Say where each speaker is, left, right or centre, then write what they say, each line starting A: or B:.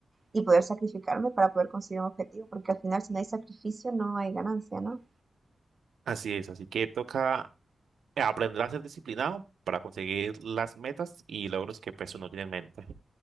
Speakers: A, on the right (about 25°); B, on the right (about 85°).
A: y poder sacrificarme para poder conseguir un objetivo, porque al final si no hay sacrificio no hay ganancia, ¿no?
B: Así es, así que toca aprender a ser disciplinado para conseguir las metas y logros que pues uno tiene en mente.